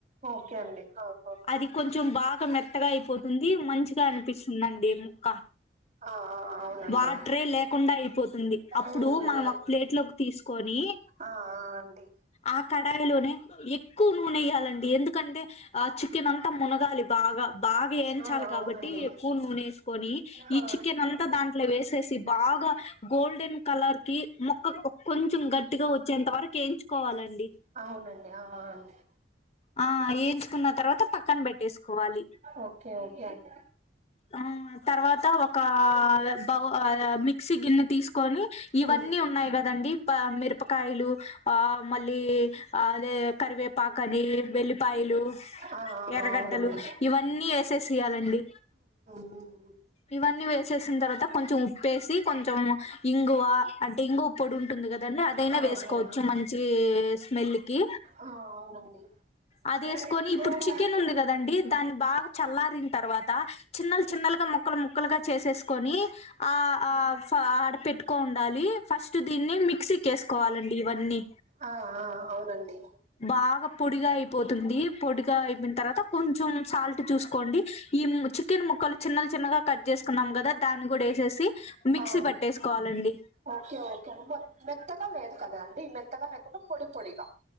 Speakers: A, on the right (about 40°); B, on the left (about 35°).
A: ఓకే అండి ఆహ
B: అది కొంచెం బాగా మెత్తగా అయిపోతుంది మంచిగా అనిపిస్తుందండి ముక్క
A: ఆ ఆ అవునండి
B: వాటరే లేకుండా అయిపోతుంది అప్పుడు
A: ఉమ్
B: మనం ఒక ప్లేట్ లోక్ తీసుకొని
A: ఆ ఆ అండి
B: ఆ కడాయిలోనే ఎక్కువ నూనె వెయ్యాలండి ఎందుకంటే ఆ చికెన్ అంతా మునగాలి బాగా బాగా వేయించాలి
A: ఆ అవునండి
B: కాబట్టి ఎకూ నూనేసుకొని
A: ఆ
B: ఈ చికెన్ అంతా దాంట్లో వేసేసి బాగా గోల్డెన్ కలర్ కి మొక్క కొంచెం గట్టిగా వచ్చేంత వరకు ఏయించుకోవాలండి
A: అవునండి ఆ అంతే
B: ఆ ఏయించుకున్న తర్వాత పక్కన పెట్టేసుకోవాలి
A: ఓకే ఓకే అండి
B: ఆ తర్వాత ఒక బౌ ఆ మిక్సీ గిన్నె తీసుకు కొని ఇవన్నీ
A: ఉమ్
B: ఉన్నాయి కదండి ప మీర్ ప్పకాయలు ఆ మళ్ళీ అదే కరివేపాకని వెల్లిపాయలు
A: ఆ ఆ
B: ఎర్రగడ్డలు
A: అవునండి
B: ఇవన్నీ వేసేసియాలండి
A: మీరు
B: ఇవన్నీ వేసేసిన తర్వాత కొంచెం ఉప్పేసి కొంచెం ఇంగువ అంటే ఇంగు పొడి ఉంటుంది కదండి అదైనా
A: ఆ
B: వేసుకోవచ్చు
A: అవును
B: మంచి స్మెల్ కి
A: ఆ అవునండి
B: అది
A: ఆ
B: వేసుకొని ఇప్పుడు
A: ఉమ్,
B: చికెన్ ఉంది కదండి దాన్ని బాగా చల్లారిన తర్వాత చిన్నలు చిన్నలుగా ముక్కలు ముక్కలుగా చేసేసుకొని ఆ ఆ ఫ ఆడ పెట్టుకోని ఉండాలి ఫస్ట్ దీన్ని మిక్సీ చెసుకోవాలండి ఇవన్నీ
A: ఆ ఆ అవునండి
B: బాగా పొడిగా అయిపోతుంది పొడిగా అయిపోయిన తర్వాత కొంచెం సాల్ట్ చూసుకోండి ఈ ము చికెన్ ముక్కలు చిన్నలు చిన్నగా కట్ చేసుకున్నాం గాదా దానిగూడా ఎసేసి మిక్సీ
A: ఆ అండి
B: పట్టేసుకోవాలండి
A: ఓకే ఓకే అండి మో మెత్తగా లేదు కదాండి మెత్తగా లేకుండా పొడి పొడిగా